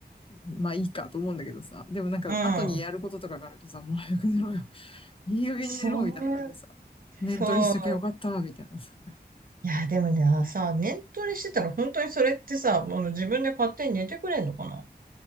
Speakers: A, on the left; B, on the right.
A: まあいいかと思うんだけどさ。でもなんか後にやることとかがあるとさ、
B: うん。
A: もう早く寝ろよ。<laughs> いい加減に寝ろみたいな感じでさ。
B: そう、
A: 念取りしときゃよかったみたいなさ。
B: そう。いや、でもね、さ、念トレしてたら本当にそれってさ、あの自分で勝手に寝てくれんのかな